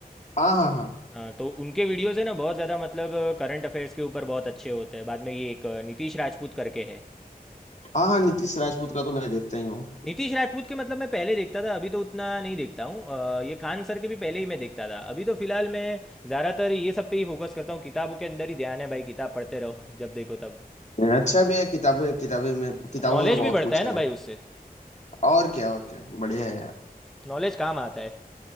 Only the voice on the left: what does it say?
हाँ हाँ हाँ
हाँ हाँ नीतीश राजपूत का तो मैं देखता ही हूँ
अच्छा भी है किताबें किताबें में किताबों
में बहुत
कुछ
है
भाई
और क्या और क्या बढ़िया है यार